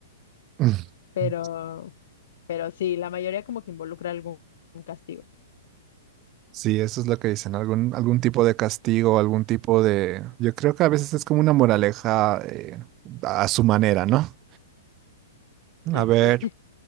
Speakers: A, on the right; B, on the left.
A: <clears throat>
B: pero, pero sí, la mayoría como que involucra algún algún castigo.
A: sí, eso es lo que dicen, algún, algún tipo de castigo, algún tipo de, yo creo que a veces es como una moraleja eh, a su manera, ¿no?
B: Sí,
A: A ver.
B: sí.